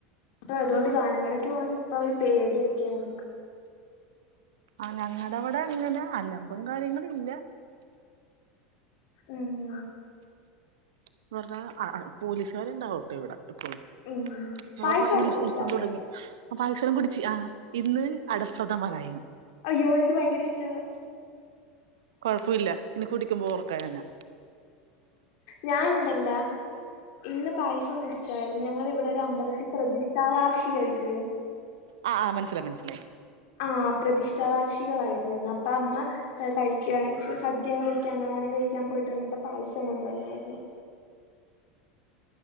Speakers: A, on the left; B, on the right.
A: അപ്പൊ അതുകൊണ്ട് ഗാനമേളയ്ക്ക് പോവാൻ ഇപ്പ ഒരു പേടിയൊക്കെ ആയി.
B: ആഹ് ഞങ്ങടെ അവിടെ അങ്ങനെ അലമ്പും കാര്യങ്ങളും ഇല്ല.
A: ആണോ?
B: എന്ന് പറഞ്ഞാൽ ആഹ് ആഹ് പോലീസുകാർ ഉണ്ടാവും ഇപ്പൊ ഇവിടെ എപ്പോഴും.
A: ഉം
B: എന്ന്
A: പായസമൊക്കെ
B: പറഞ്ഞാൽ ഈ ഉത്സ
A: കുടിച്ചാ
B: ഉത്സവം തുടങ്ങി. ആഹ് പൈസ എല്ലാം കുടിച്ച്, ആഹ് ഇന്ന് അടപ്രഥമൻ ആയിരുന്നു.
A: അയ്യോ എനിക്ക് ഭയങ്കര ഇഷ്ടാണ്
B: കൊഴപ്പില്ല ഇനി കുടിക്കുമ്പോ ഓർക്കാം ഞാന്
A: ഞാൻ ഉണ്ടല്ല ഇന്ന് പായസം കുടിച്ചാരുന്നു ഞങ്ങട ഇവിടെ ഒരു അമ്പലത്തി പ്രതിഷ്ഠാ വാർഷികവില്ലേ
B: ആഹ് ആഹ് മനസ്സിലായി മനസ്സിലായി
A: ആഹ് പ്രതിഷ്ഠാ വാർഷികവായിരുന്നിന്ന് അപ്പം അമ്മ ഏഹ് കഴിക്കാൻ സ് സദ്യ കഴിക്കാൻ അന്നദാനം കഴിക്കാൻ പോയിട്ട് വന്നപ്പോ പായസം കൊണ്ടുവന്നാരുന്നു